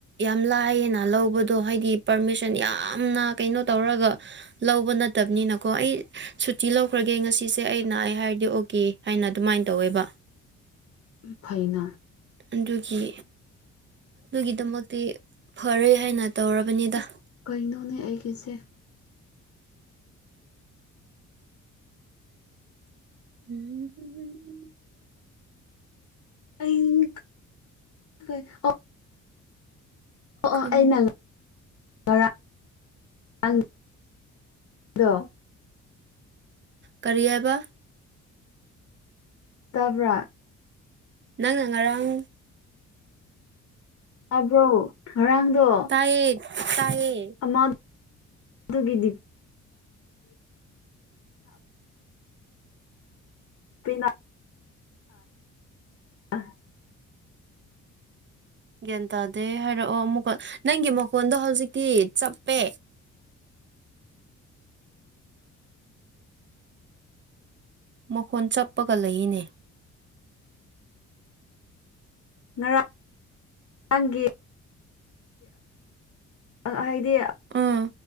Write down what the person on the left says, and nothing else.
ꯐꯩꯅ꯫
ꯑꯁ ꯀꯩꯅꯣꯅꯦ ꯑꯩꯒꯤꯁꯦ
ꯑꯩ ꯑꯣ ꯑꯣ
ꯑꯩꯅ ꯉꯔꯥꯡ ꯑꯗꯣ <inaudible>
ꯇꯥꯕ꯭ꯔꯥ
ꯇꯥꯕ꯭ꯔꯣ ꯉꯔꯥꯡꯗꯣ
ꯑꯃ ꯑꯗꯨꯒꯤꯗꯤ ꯄꯤꯅ ꯑꯥ
ꯉꯔꯥ ꯔꯥꯡꯒꯤ ꯍꯥꯏꯗꯤ